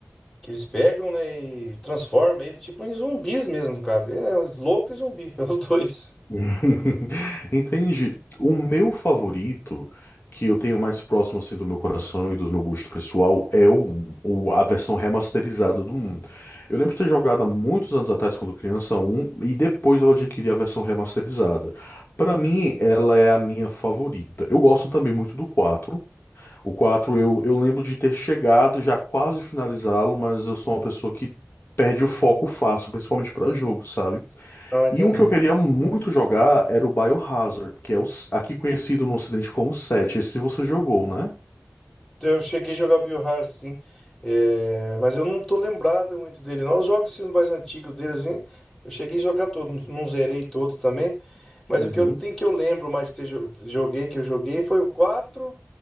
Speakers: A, on the left (about 15°); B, on the left (about 60°).
A: que eles pegam, né, e transforma ele tipo em zumbis mesmo, no caso. É, os loucos e zumbi, <laughs> é os dois.
B: <laughs> Entende? O meu favorito, que eu tenho mais próximo assim do meu coração e do meu gosto pessoal, é o, 1, o- a versão remasterizada do 1. Eu lembro de ter jogado há muitos anos atrás, quando criança, um e depois eu adquiri a versão remasterizada. Pra mim, ela é a minha favorita. Eu gosto também muito do 4. O 4 eu, eu lembro de ter chegado, já quase finalizá-lo, mas eu sou uma pessoa que perde o foco fácil, principalmente pra jogo, sabe?
A: Ah, entendi.
B: E um que eu queria muito jogar era o Biohazard, que é o, s- aqui conhecido no Ocidente como Sete. Esse você jogou, né?
A: Então, Eu cheguei a jogar Biohazard, sim. É, mas eu não tô lembrado muito dele, não. Os jogos assim, mais antigos dele, assim, eu cheguei a jogar todos, não zerei todos também. Mas
B: Uhum,
A: o que eu tenho que eu lembro mais de ter jo- joguei, que eu joguei, foi o 4,